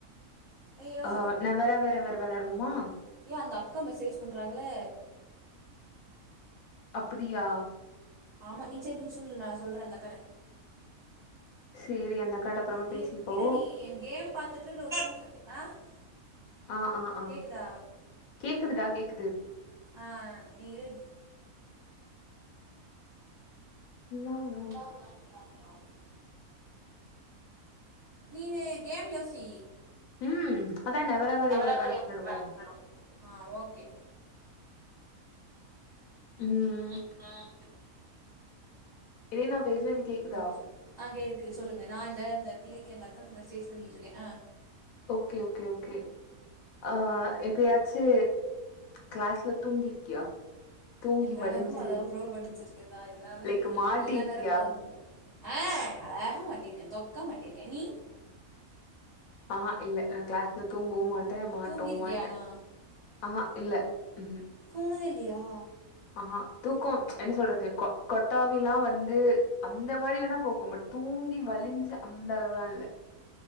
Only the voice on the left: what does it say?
அ நவரவரவர் விளாடுவோமா
அப்பிடியா
சேரி அந்தக்காட்ட அப்றமா
பேசிப்போ
ஆ ஆ ஆ
கேக்குதுடா கேக்குது
இல்லாம
ம் அதா நெவரவர்
எவர் விளாடுவோ
ம்
ஏய் நா பேசுறது கேக்குதா
ஓகே ஓகே ஓகே ஆ எப்பயாச்சு கிளாஸ்ல தூங்கிருக்கியா தூங்கி
வலிஞ்சு
லைக் மாட்டிருக்கியா
ஆஹா இல்ல நா கிளாஸ்ல தூங்கவு மாட்டே மாட்டவு
மாட்டே
ஆஹா இல்ல ம்
ஆஹா தூக்கோ என்ன சொல்றது கொ கொட்டாவிலா வந்து அந்த மாரி வேணா போக்கும் பட் தூங்கி வலிஞ்சு அந்த அளவுலா இல்ல